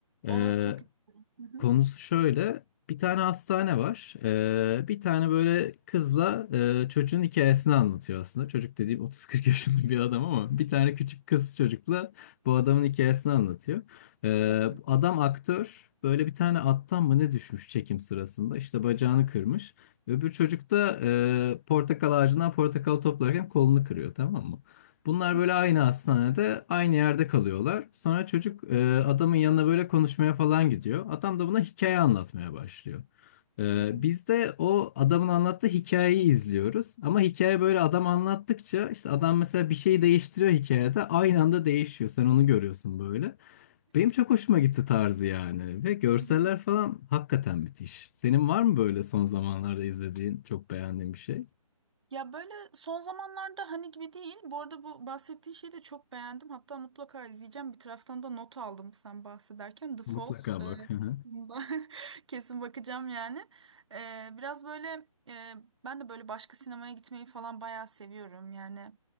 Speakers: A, on the left; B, on the right.
A: E,
B: Olur çok isterim. Hı hı.
A: Konusu şöyle. Bir tane hastane var. Ee, bir tane böyle kızla e, çocuğun hikayesini anlatıyor aslında. Çocuk dediğim 30-40 yaşında bir adam ama bir tane küçük kız çocukla bu adamın hikayesini anlatıyor. Ee,
B: Tamam.
A: bu adam aktör. Böyle bir tane attan mı ne düşmüş çekim sırasında. İşte bacağını kırmış. Öbür çocuk da e, portakal ağacından portakal toplarken kolunu kırıyor tamam mı? Bunlar
B: Hı
A: böyle aynı hastanede, aynı yerde kalıyorlar. Sonra çocuk e, adamın yanına böyle konuşmaya falan gidiyor. Adam da buna hikaye anlatmaya başlıyor. E,
B: hı.
A: biz de o adamın anlattığı hikayeyi izliyoruz. Ama hikaye böyle adam anlattıkça işte adam mesela bir şeyi değiştiriyor hikayede. Aynı anda değişiyor. Sen onu görüyorsun böyle. Benim çok hoşuma gitti tarzı yani. Ve görseller
B: Hı hı.
A: falan hakikaten müthiş. Senin var mı böyle son zamanlarda izlediğin, çok beğendiğin bir şey?
B: Ya böyle son zamanlarda hani gibi değil. Bu arada bu bahsettiği şeyi de çok beğendim. Hatta mutlaka izleyeceğim. Bir taraftan da not aldım sen bahsederken. The Fall.
A: Mutlaka
B: Ee,
A: bak. Hı hı.
B: bunda <laughs> kesin bakacağım yani. Ee, biraz böyle e, ben de böyle başka sinemaya gitmeyi falan bayağı seviyorum. Yani